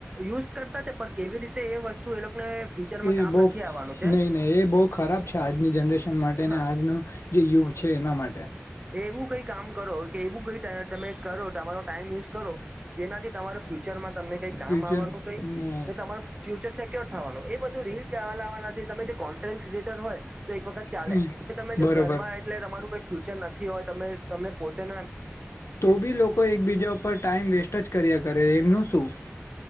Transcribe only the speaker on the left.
એ
બહુ
નહીં નહીં એ બહુ ખરાબ છે આજની જનરેશન માટે ને
આજનું જે યુગ છે એના માટે
ફ્યુચર
ને
હમ
બરોબર
તો બી લોકો એકબીજા ઉપર ટાઈમ વેસ્ટ જ કર્યા કરે એમનું શું